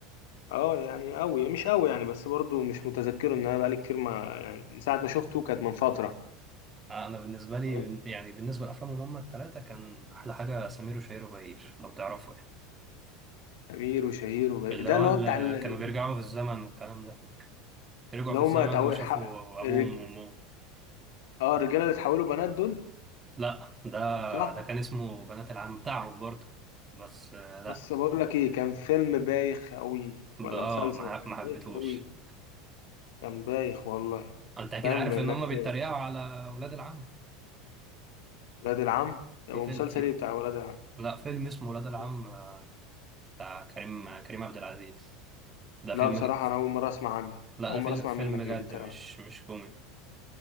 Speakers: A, on the left; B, on the right.
A: اه يعني قوي مش قوي يعني بس برضو مش متذكره ان انا بقالي كتير ما يعني من ساعة ما شفته كانت من فترة
B: انا بالنسبه لي
A: تمام
B: بن- يعني بالنسبه لافلامهم هم الثلاثه كان احلى حاجه سمير وشهير وبهير لو تعرفوا يعني
A: أمير وشهير وبهير
B: اللي
A: ده
B: هو
A: اللي
B: اللي
A: هو بتاع ال-
B: كانوا بيرجعوا في الزمن والكلام ده رجعوا
A: اللي
B: في
A: هما
B: الزمن
A: تعو...
B: وشافوا
A: الح...
B: ابوهم
A: الرج...
B: وامهم
A: اه الرجالة اللي اتحولوا بنات دول
B: لا ده
A: صح؟
B: ده كان اسمه بنات العم بتاعهم برضه بس آه، لا
A: بس بقول لك ايه كان فيلم بايخ قوي
B: ب-
A: ولا
B: اه
A: مسلسل
B: ما
A: كان
B: ما حبيتهوش
A: بايخ قوي كان بايخ والله
B: انت اكيد
A: فاهم
B: عارف
A: انك
B: ان هم بيتريقوا
A: ت...
B: على ولاد العم
A: ولاد العم ومسلسل
B: في فيلم في
A: ايه بتاع ولاد
B: لا فيلم اسمه ولاد العم
A: العم
B: آه، بتاع كريم كريم عبد العزيز ده
A: لا
B: فيلم
A: بصراحة أنا أول مرة أسمع عنك
B: لا
A: أول
B: ده
A: مرة
B: فيلم
A: أسمع
B: فيلم
A: منك
B: جد
A: إنه بيتريقوا
B: مش مش كوميدي